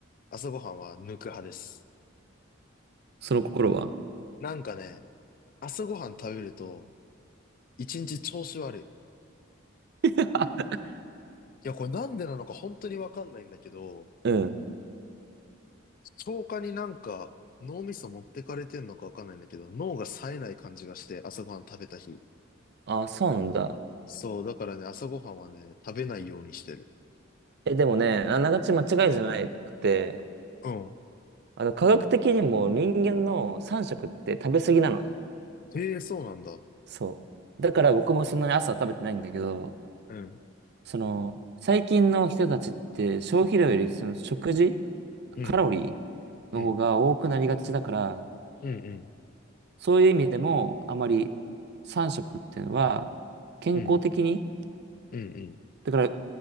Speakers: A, on the left; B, on the right.
A: 朝ごはんは抜く派です。
B: その心は
A: なんかね、朝ごはん食べると、一日調子悪い。い
B: <laughs>
A: や、これなんでなのか本当にわかんないんだけど、
B: うん。
A: 消化になんか脳みそ持ってかれてんのかわかんないんだけど、脳が冴えない感じがして、朝ごはん食べた日。
B: あ、そうなんだ。
A: そう、だからね、朝ごはんはね、食べないようにしてる。
B: え、でもね、あながち間違いじゃなくて、
A: うん。
B: あの、科学的にも人間の3食って食べ過ぎなのね。
A: へえ、そうなんだ。
B: そう。だから僕もそんなに朝は食べてないんだけど、
A: うん。
B: その、最近の人たちって消費量よりその食事、
A: うん。
B: カロリーの方が多くなりがちだから、
A: うん。うんうん。
B: そういう意味でもあまり3食っていうのは健康的に、
A: うん。うんうん。
B: だから